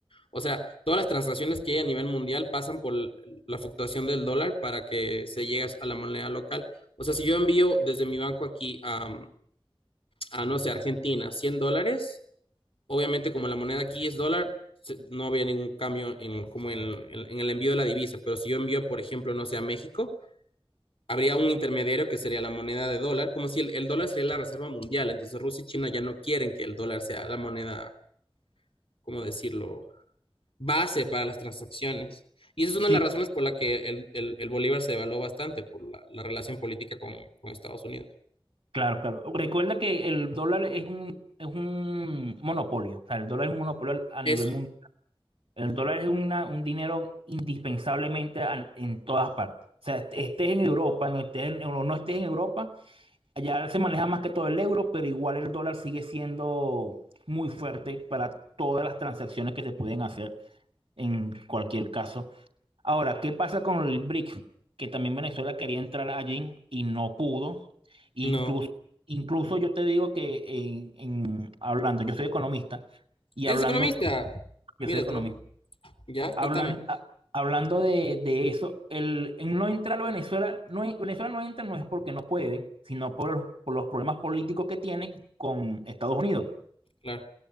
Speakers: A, on the left (about 85°); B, on the right (about 85°).
A: O sea, todas las transacciones que hay a nivel mundial pasan por l- la fluctuación del dólar para que se llegue a la moneda local. O sea, si yo envío desde mi banco aquí a, a, no sé, Argentina, 100 dólares, obviamente como la moneda aquí es dólar, se- no había ningún cambio en, como en, en- en el envío de la divisa, pero si yo envío, por ejemplo, no sé, a México, habría un intermediario que sería la moneda de dólar, como si el, el dólar sería la reserva mundial, entonces Rusia y China ya no quieren que el dólar sea la moneda, ¿cómo decirlo?, base para las transacciones. Y esa es una
B: sí,
A: de las razones por la que el, el- el Bolívar se devaluó bastante, por la, la relación política con, con Estados Unidos.
B: claro, claro. Recuerda que el dólar es un, es un monopolio, o sea, el dólar es un monopolio a nivel
A: Eso,
B: mundial. El dólar es una, un dinero indispensablemente an- en todas partes. O sea, estés en Europa, no estés en, o no estés en Europa, allá se maneja más que todo el euro, pero igual el dólar sigue siendo muy fuerte para todas las transacciones que se pueden hacer en cualquier caso. Ahora, ¿qué pasa con el BRIC? Que también Venezuela quería entrar allí y no pudo. E
A: no.
B: incluso, incluso yo te digo que en, en- hablando, yo soy economista y
A: ¿Eres
B: hablando,
A: economista?
B: yo
A: Mira
B: soy economista,
A: tú. Ya,
B: hablan,
A: contame.
B: a- hablando de, de eso, el, en no entrar a Venezuela, no, es- Venezuela no entra no es porque no puede, sino por, los- por los problemas políticos que tiene con Estados Unidos.
A: Claro.